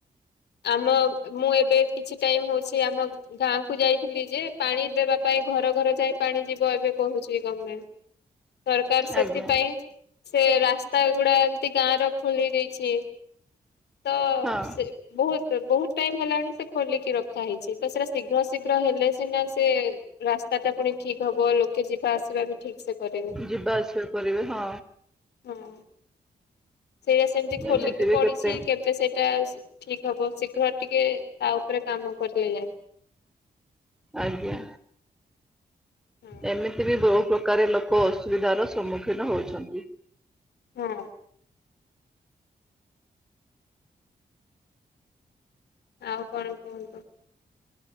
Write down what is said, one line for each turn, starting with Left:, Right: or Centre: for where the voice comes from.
Left: ଆମ ମୁଁ ଏବେ କିଛି ଟାଇମ୍ ହଉଛି ଆମ ଗାଁ କୁ ଯାଇଥିଲି ଯେ ପାଣି ଦେବା ପାଇଁ ଘର ଘର ଯାଇ ପାଣି ଯିବ ଏବେ କହୁଛି ଗମେ ସରକାର ସେଥିପାଇଁ
Centre: ଆଜ୍ଞା।
Left: ସେ ରାସ୍ତା ଗୁଡା ଏମତି ଗାଁ ର ଖଲି ଦେଇଛି ତ
Centre: ହଁ
Left: ସେ ବହୁତ ତ ବହୁତ ଟାଇମ ହେଲାଣି ସେ ଖୋଲିକି ରଖା ହେଇଛି ତ ସେଟା ଶୀଘ୍ର ଶୀଘ୍ର ହେଲେ ସିନା ସେ ରାସ୍ତା ଟା ପୁଣି ଠିକ୍ ହବ। ଲୋକେ ଯିବେ। ବା ଆସିବା ବି ଠିକ ସେ କରିବ
Centre: ଯିବା ଆସିବା କରିବେ ହଁ
Left: ହଁ ହ ସେଇଆ ସେମିତି ଖୋଲିକି
Centre: ଏମିତି ବି
Left: ପଡିଛି।
Centre: କେତେ
Left: କେବେ ସେଇଟା ଠିକ୍ ହବ। ଶୀଘ୍ର ଟିକେ ତା ଉପରେ କାମ କଟଲେ ଯା
Centre: ଆଜ୍ଞା।
Left: ହଁ
Centre: ଏମିତି ବି ବହୁ ପ୍ରକାର ଲୋକ ଅସୁବିଧାର ସମ୍ମୁଖୀନ ହଉଛନ୍ତି।
Left: ହଁ। ଆଉ କଣ କୁହନ୍ତୁ?